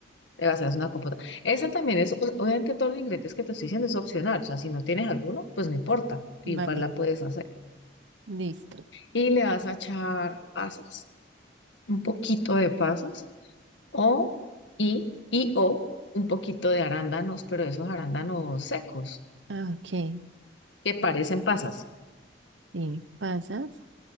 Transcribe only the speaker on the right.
Vale,
listo.
Ah, Ok.
Sí, pasas